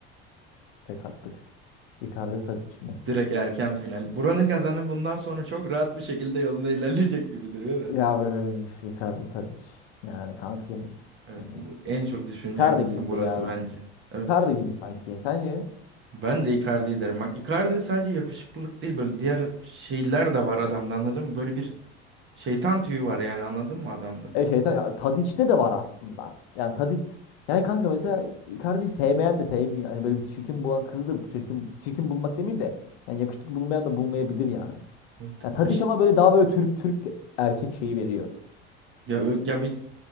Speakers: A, on the left (about 75°); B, on the right (about 40°).
A: Tek attık. Icardi Tadic mi?
B: Direkt erken final. Buranın kazanı bundan sonra çok rahat bir şekilde yolunda ilerleyecek gibi duruyor da.
A: Ya üf, Icardi Tadic. Yani kankayım.
B: Evet
A: Yani
B: bu en çok düşünülen
A: Icardi
B: kısım
A: gibi
B: burası
A: ya.
B: bence. Evet.
A: Icardi gibi sanki. Sence?
B: Ben de Icardi'yi derim. Bak Icardi sadece yakışıklılık değil böyle diğer şeyler de var adamda anladın mı? Böyle bir şeytan tüyü var yani anladın mı adamda?
A: E şeytan ya, Tadiç'te de var aslında. Yani Tadiç yani kanka mesela Icardi'yi sevmeyen de sevmiyor. Hani böyle bir çirkin bulan kızı da çirkin çirkin bulmak demeyeyim de yani yakışıklı bulmayan da bulmayabilir yani.
B: Evet,
A: Ya
B: Ya,
A: Tadiç
B: işte-
A: ama böyle daha böyle Türk Türk erkek şeyi veriyor.
B: ya, ö- ya bir